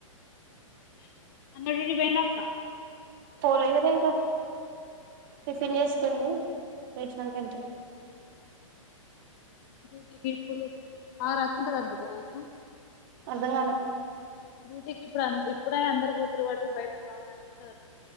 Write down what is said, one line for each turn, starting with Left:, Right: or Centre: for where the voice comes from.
Left: <inaudible> అన్న డ్యూటీ పోయిండా అక్క
Right: పోలేదు రా ఇంకా టిఫిన్ చేసుకోండి చేసినక వెళ్తాడు
Left: జూటి గపులు బాగా రాసింటది అనుకుంటా నాకు
Right: అర్థం కాలే
Left: డ్యూటీకి ఇప్పుడు ఇప్పుడ అందరు పోతారు కాబటి బయట బా రష్ ఉంటది